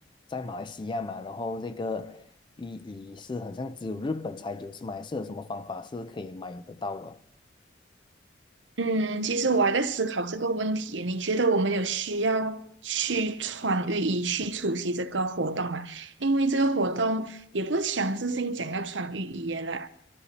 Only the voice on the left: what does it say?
在马来西亚嘛，然后这个浴衣是很像只有日本才有，是吗？还是有什么方法是可以买得到的？